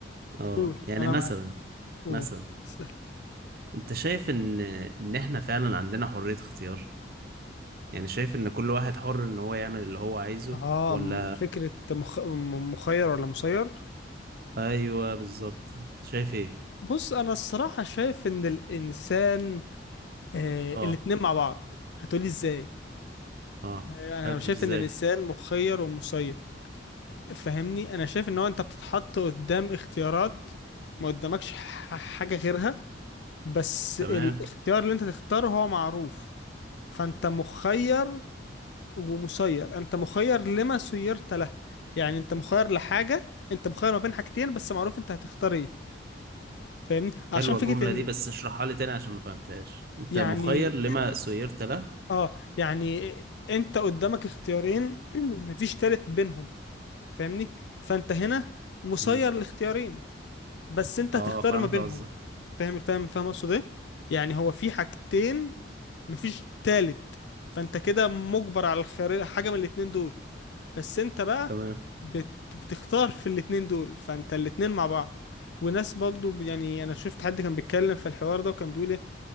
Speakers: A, on the right; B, on the left.
A: اه
B: قول
A: يعني
B: انا
A: مثلا
B: معاك قول
A: مثلا
B: اسأل
A: انت شايف ان ان احنا فعلا عندنا حرية اختيار يعني شايف ان كل واحد حر ان هو يعمل اللي هو عايزه
B: اه
A: ولا
B: م- فكرة مخ... م- مخير ولا مسير
A: ايوه بالظبط شايف ايه
B: بص انا الصراحة شايف ان الانسان آه
A: اه
B: الاتنين مع بعض هتقولي ازاي
A: اه
B: آه،
A: حلو
B: انا شايف
A: ازاي
B: ان الانسان مخير ومسير فهمني انا شايف ان هو انت بتتحط قدام اختيارات ما قدامكش ح- حاجة غيرها بس
A: تمام
B: الاختيار اللي انت تختاره هو معروف فانت مخير ومسير انت مخير لما سيرت له يعني انت مخير لحاجة انت مخير ما بين حاجتين بس معروف انت هتختار ايه فاهمني عشان
A: حلوة
B: فكرة
A: الجملة
B: ان
A: دي بس اشرحها لي تاني عشان ما فهمتهاش انت
B: يعني
A: مخير لما سيرت له
B: اه يعني انت قدامك اختيارين <clears throat> مفيش تالت بينهم فاهمني فانت هنا مسير
A: مم.
B: لاختيارين بس انت
A: اه
B: هتختار
A: فهمت
B: ما بينهم
A: قصدك
B: فاهم فاهم فاهم اقصد ايه يعني هو في حاجتين مفيش تالت فانت كده مجبر على الخيار حاجه من الاتنين دول بس انت بقى
A: تمام
B: بت... بتختار في الاتنين دول فانت الاتنين مع بعض وناس برضو ب- يعني انا شفت حد كان بيتكلم في الحوار ده وكان بيقول ايه